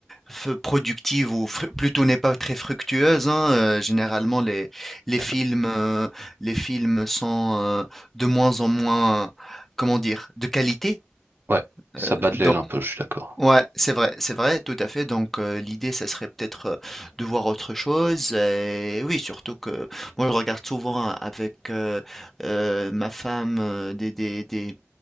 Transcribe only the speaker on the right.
Eh
ben,
ouais, ça
bat de
l'aile un peu, je suis d'accord.